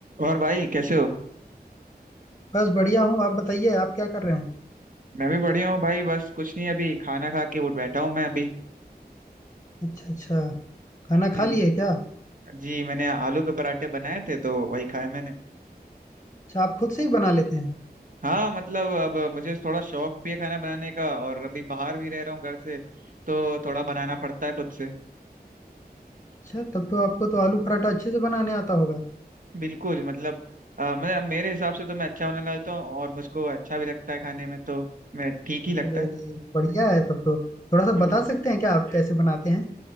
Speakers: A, on the right (about 55°); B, on the left (about 15°).
A: और भाई कैसे हो
B: बस बढ़िया हूँ आप बताइए आप क्या कर रहे हैं
A: मैं भी बढ़िया हूँ भाई बस कुछ नहीं अभी खाना खा के उठ बैठा हूँ मैं अभी
B: अच्छा अच्छा खाना
A: हम्म
B: खा लिए क्या
A: जी मैंने आलू के पराठे बनाए थे तो वही खाए मैंने
B: अच्छा आप खुद से ही बना लेते हैं
A: हाँ मतलब अब मुझे थोड़ा शौक भी है खाना बनाने का और अभी बाहर भी रह रहा हूँ घर से तो थोड़ा बनाना पड़ता है खुद से
B: अच्छा तब तो आपको तो आलू पराठा अच्छे से बनाने आता होगा
A: बिल्कुल मतलब अ, मैं मेरे हिसाब से तो मैं अच्छा बनाने लगता हूँ और मुझको अच्छा भी लगता है खाने में तो मैं ठीक ही लगता
B: अरे
A: है
B: अरे बढ़िया है तब तो थोड़ा सा
A: हम्म
B: बता सकते हैं क्या आप कैसे बनाते हैं